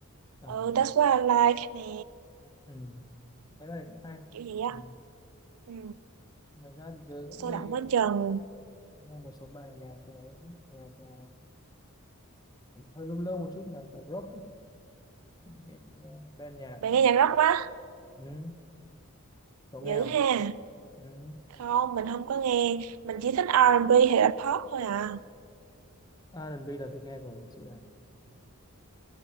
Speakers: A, on the left; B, on the right.
A: à
B: ừ That's What I Like nè
A: ừ. đấy bài này cũng hay
B: kiểu gì
A: ừ.
B: á ừ.
A: ngoài ra thì tớ cũng
B: sôi
A: nghe
B: động quá chừng
A: nghe một số bài nhạc thì nó- nhạc ờ, hơi lâu lâu một chút là, là rock ấy. Cái, ờ, band nhạc
B: bạn nghe nhạc rock quá
A: ừ. cậu nghe
B: dữ
A: không
B: ha
A: ừ.
B: không mình không có nghe mình chỉ thích R&B hay là pop thôi à
A: R&B là thích nghe của nghệ sĩ nào